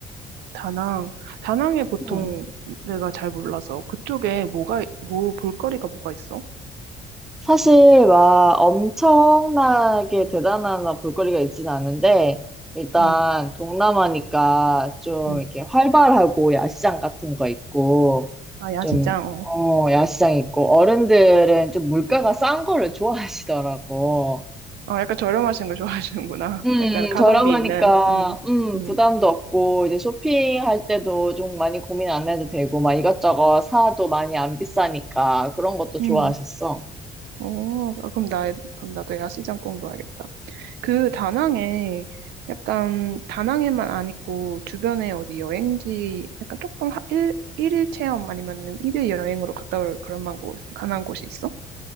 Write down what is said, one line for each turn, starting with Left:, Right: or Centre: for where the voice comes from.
Right: 다낭, 다낭에 보통
Centre: 응.
Right: 내가 잘 몰라서 그쪽에 뭐가, 뭐 볼거리가 뭐가 있어?
Centre: 사실 막 엄청나게 대단한 막 볼거리가 있진 않은데 일단
Right: 음,
Centre: 동남아니까 좀
Right: 음.
Centre: 이렇게 활발하고 야시장 같은 거 있고
Right: 아, 야시장,
Centre: 좀
Right: 어.
Centre: 어, 야시장 있고 어른들은 좀 물가가 싼 거를 좋아하시더라고.
Right: 어, 약간 저렴하신 걸 좋아하시는구나.
Centre: 음,
Right: <laughs> 약간 가성비
Centre: 저렴하니까
Right: 있는, 음,
Centre: 음,
Right: 음,
Centre: 부담도 없고 이제 쇼핑할 때도 좀 많이 고민 안 해도 되고 막 이것저것 사도 많이 안 비싸니까 그런 것도 좋아하셨어.
Right: 음. 어, 아, 그럼 나, 그럼 나도 야시장 꼭 넣어야겠다. 그 다낭에 약간 다낭에만 안 있고 주변에 어디 여행지 약간 조금 하- 일, 일일 체험 아니면은 일일 여행으로 갔다 올 그런 만 곳, 가난 곳이 있어?